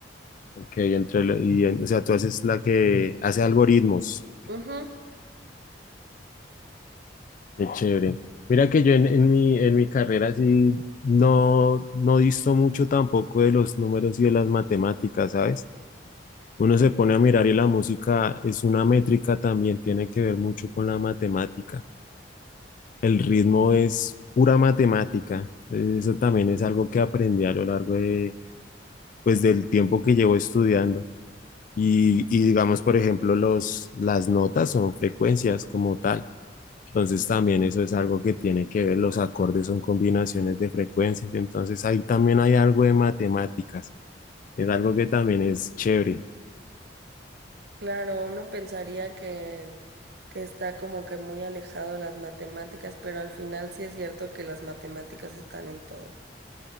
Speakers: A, on the left (about 45°); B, on the right (about 60°).
A: ok, entre, lo- y, en- o sea, tú haces la que hace algoritmos.
B: Ujú,
A: Qué chévere. Mira que yo en, en mi, en mi carrera sí no, no disto mucho tampoco de los números y de las matemáticas, ¿sabes? Uno se pone a mirar y la música es una métrica, también tiene que ver mucho con la matemática. El ritmo es pura matemática. Eh, Eso también es algo que aprendí a lo largo de, pues, del tiempo que llevo estudiando. Y, y digamos, por ejemplo, los, las notas son frecuencias como tal. Entonces también eso es algo que tiene que ver, los acordes son combinaciones de frecuencias, entonces ahí también hay algo de matemáticas, es algo que también es chévere.
B: Claro, uno pensaría que, que está como que muy alejado de las matemáticas, pero al final sí es cierto que las matemáticas están en todo.